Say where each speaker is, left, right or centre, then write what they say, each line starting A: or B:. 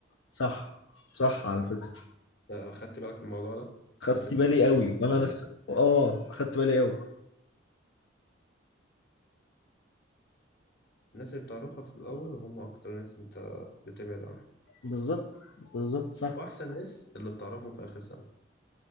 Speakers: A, on the left; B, on the left.
A: صح صح على فكره
B: آه، خدت بالك من الموضوع ده
A: خدت
B: الناس اللي
A: بالي
B: بتعرفها
A: قوي
B: في الأول
A: وانا لسه اه خدت بالي قوي
B: الناس اللي بتعرفها في الأول هم أكتر ناس أنت بتبعد عنهم
A: بالظبط بالظبط صح
B: وأحسن ناس اللي بتعرفهم في آخر سنة